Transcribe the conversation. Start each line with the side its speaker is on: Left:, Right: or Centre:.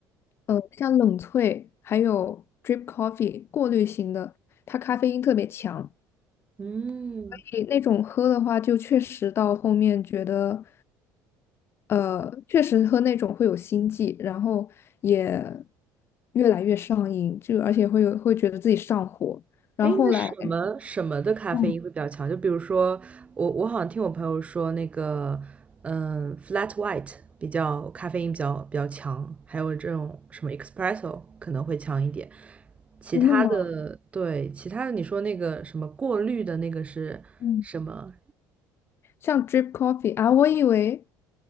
Left: 呃，像冷萃还有 drip coffee 过滤型的，它咖啡因特别强。
Right: 嗯，
Left: 诶那种喝的话，就确实到后面觉得，呃，确实喝那种会有心悸，然后也越来越上瘾，就而且会有会觉得自己上火。然后后来，
Right: 哎，那什么什么的咖啡因会比较强？
Left: 嗯
Right: 就比如说，我我好像听我朋友说，那个，嗯，flat white 比较咖啡因比较比较强，还有这种什么 espresso 可能会强一点。其他的，
Left: 真的吗？
Right: 对，其他的你说那个什么过滤的那个是什么？
Left: 嗯，像 drip coffee 啊，我以为。